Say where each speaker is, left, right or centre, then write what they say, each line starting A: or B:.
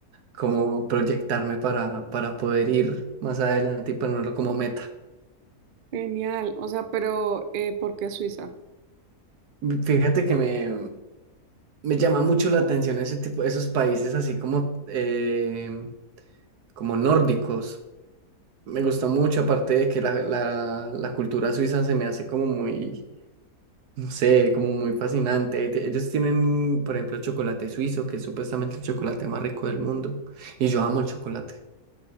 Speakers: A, on the right; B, on the right.
A: como proyectarme para, para poder ir más adelante y ponerlo como meta.
B: Genial. O sea, pero eh, ¿por qué Suiza?
A: Fíjate que me, me llama mucho la atención ese tipo, esos países así como, eh, como nórdicos. Me gusta mucho, aparte de que la, la, la cultura suiza se me hace como muy, no sé, como muy fascinante. Te- Ellos tienen, por ejemplo, el chocolate suizo, que es supuestamente el chocolate más rico del mundo. Y yo amo el chocolate.